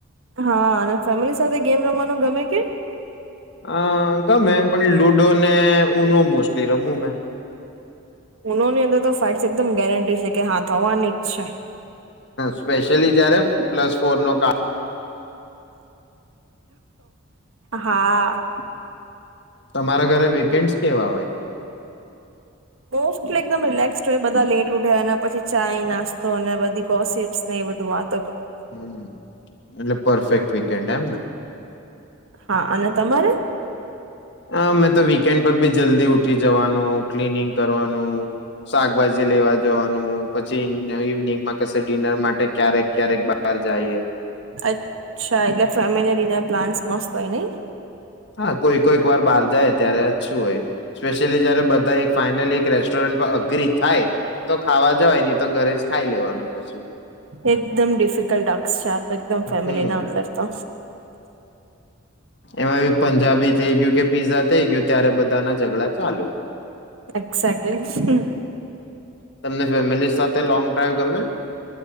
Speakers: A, on the right (about 75°); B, on the left (about 55°).
A: હા અને ફેમિલી સાથે ગેમ રમવાનું ગમે કે.
B: અ ગમે એમ પણ લુડો ને ઉનો મોસ્ટલી રમું મે.
A: ઉનોની અંદર તો ફાઇટ્સ એકદમ ગેરંટી છે કે હા થવાની. જ છે.
B: સ્પેશલી. જયારે પ્લસ ફોર નો ક.
A: હા.
B: તમારા ઘરે ભી. કેન્ટ્સ કેવા હોય.
A: મોસ્ટલી એકમ રિલેક્ હો બધા લેટ ઉઠે અને પછી ચાય નાસ્તો અને બધી ગોસીપ્સ ને બધ વાત.
B: હમ્મ એટલે પરફેક્ટ વીકેન્ડ એમ ને.
A: હા અને તમારે.
B: અ મેં તો વીકેન્ડ પર ભી જલ્દી ઉઠી જવાનું ક્લીનિંગ કરવાનું. શાકભાજી. લેવા જવાનું પછી ઇવનિંગ માં કસે ડિનર માટે. ક્યારેક ક્યારેક બહાર જાઈએ.
A: અચ્છા એટલે ફેમિલી ડિનર પ્લાન્ટસ મસ્ત હોય નહી.
B: હા કોઈ કોઈક વાર બહાર જાય ત્યારે અછું હોય સ્પેશિયલી જયારે બધા એક ફાઈનલી એક રેસ્ટોરન્ટ પર અગ્રિ થાય તો ખાવા જવાય નહી તો ઘરે જ ખાઈ લેવાનું પછી
A: એકદમ ડિફિકલ્ટ ટાક્સ છે આ. એકદમ ફેમિલી
B: હમ
A: ના અંદર તો
B: એમાં પંજાબી થઈ ગયું કે પીઝા થઈ ગયું ત્યારે બધા ના ઝઘડા ચાલુ.
A: એક્ઝેક્ટલી.
B: તમને ફેમિલી સાથે લોંગ ડ્રાઈવ ગમે.